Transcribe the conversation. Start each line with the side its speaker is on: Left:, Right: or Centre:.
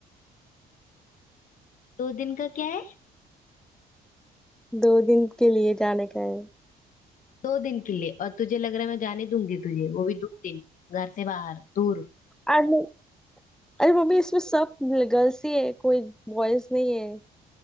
Left: दो दिन का क्या है
Centre: दो दिन के लिए जाने का है
Left: दो दिन के लिए और तुझे लग रहा है मैं जाने दूंगी तुझे वो भी दो दिन घर से बाहर दूर
Centre: अरे अरे मम्मी इसमें सब गर्ल्स ही है कोई बॉयज नहीं है